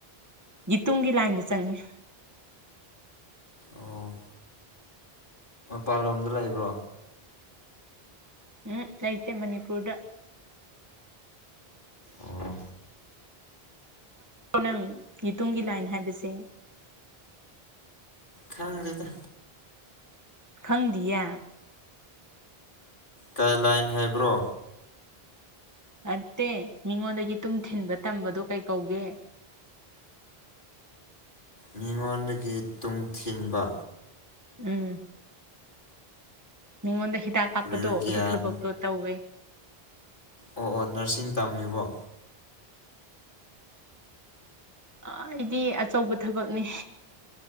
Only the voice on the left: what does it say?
ꯑꯣ ꯃꯄꯥꯟꯂꯣꯝꯗ ꯂꯩꯕ꯭ꯔꯣ
ꯑꯣ
ꯈꯪꯗꯗ
ꯒꯥꯏꯂꯥꯏꯟ ꯍꯥꯏꯕ꯭ꯔꯣ
ꯃꯤꯉꯣꯟꯗꯒꯤ ꯇꯨꯡꯊꯤꯟꯕ
ꯀꯔꯤꯔ ꯒ꯭ꯌꯥꯟ
ꯑꯣ ꯑꯣ ꯅꯔꯁꯤꯡ ꯇꯝꯃꯤꯕꯣ